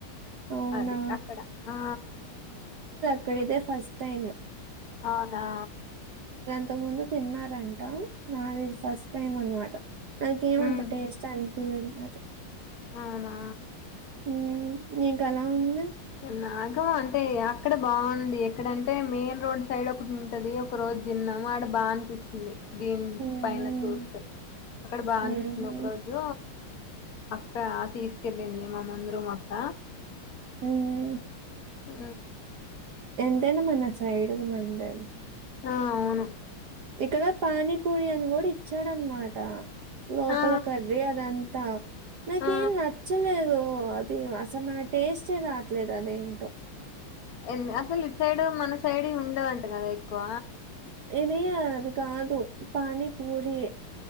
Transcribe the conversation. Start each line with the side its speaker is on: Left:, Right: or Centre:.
Right: అవునా!
Left: అ అది అక్కడ ఆ
Right: ఇక్కడ ఇదే ఫస్ట్ టైమ్
Left: అ ఆ
Right: ఇంత ముందు తిన్నారంట నాదిదు ఫస్ట్ టైం అనమాట నాకేమంత
Left: హ్మ్
Right: టేస్ట్ అనిపలేదు మా
Left: అవునా
Right: నీ నీకు అలా ఉంది
Left: నాగు అంటే అక్కడ బాగుంది. ఎక్కడంటే మెయిన్ రోడ్ సైడ్ ఒకటి ఉంటది. ఒక రోజు తిన్నాము ఆడ బాగా అనిపించింది. దీని
Right: హుహు.
Left: పైన చూస్తే అక్కడ బా
Right: హుహు.
Left: అనిపిచింది ఒక రోజు అక్క తీసుకెళ్ళింది మామందరం అక
Right: హు ఉ
Left: ఉ
Right: ఎంతైనా మన సైడ్ మందే
Left: ఆ అవును
Right: ఇక్కడ పానీ పూరి అని కూడా ఇచ్చాడనమాట లోపల
Left: ఆ
Right: కర్రీ అదంతా నాకేం
Left: ఆ
Right: నచ్చలేదు అది అసలు నా టేస్టే రావట్లేదు అద ఏంటో
Left: ఎన్ ఆపిల్ అసలు ఈటు సైడు మన సైడ్ ఉండవంట కదా ఎక్కువ
Right: ఇది అది కాదు పానీ పూరి యే